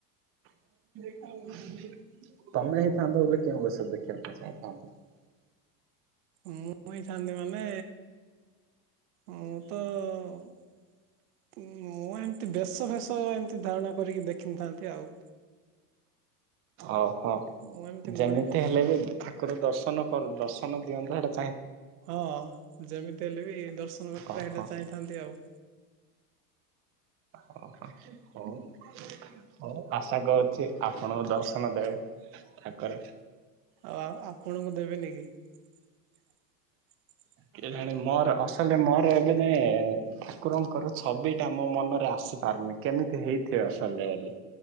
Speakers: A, on the right; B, on the right.
A: ତମେ ହେଇଥାନ୍ତ ବେଲେ କେଉଁ ବେଶ ଦେଖିବା ପାଇଁ ଚାହିଁଥାନ୍ତ?
B: ମୁଁ ହେଇଥାନ୍ତି ମାନେ ମୁଁ ତ ମୁଁ ଏମିତି, ବେଶ ଫେଶ ଏମତି ଧାରଣା କରିକି, ଦେଖିନଥାନ୍ତି ଆଉ। <inaudible>
A: ଓହୋ।
B: ମୁଁ ଏମିତି ମଣି
A: ଯେମିତି ହେଲେ ବି ଠାକୁର ଦର୍ଶନ କରୁ- ଦର୍ଶନ ଦିଅନ୍ତେ ହେଟା
B: ହଁ ଯେମିତି ହେଲେ ବି ଦର୍ଶନ କରିବା
A: ଓହୋ
B: ପାଇଁ ଚାହିଁଥାନ୍ତି ଆଉ।
A: ଓହୋ, ହଉ। ହଉ ଆଶା କରୁଚି, ଆପଣଙ୍କୁ ଦର୍ଶନ ଦେବେ ଠାକୁର।
B: ଆଉ ଆପଣଙ୍କୁ <inaudible>
A: କେଜାଣି ମୋର ଅସଲ ମୋର ଏବେ ଯାଏ, ଠାକୁରଙ୍କର ଛବିଟା ମୋ ମନରେ ଆସ ସି, ପାରୁନି କେମିତି ହେଇଥିବ ଅସଲରେ ବୋଲି?